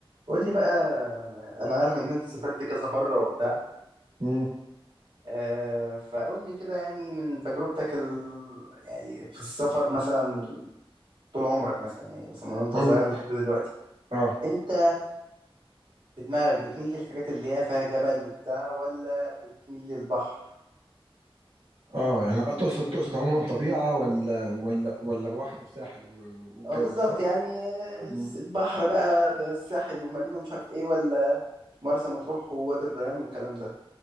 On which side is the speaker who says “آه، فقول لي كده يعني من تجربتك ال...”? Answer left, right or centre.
Right